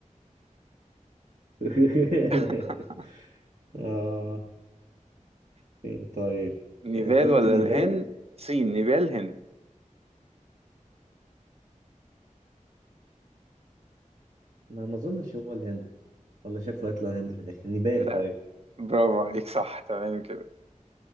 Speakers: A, on the right; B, on the right.
A: <laughs>
B: <laughs>
A: اه فين طيب
B: نيبال
A: انت قلت
B: ولا
A: نيبال
B: الهند صين نيبال هند
A: ما ما اظنش هو الهند والله شكله هيطلع الهند في الاخر نيبال
B: لا
A: طيب
B: برافو عليك صح تمام كده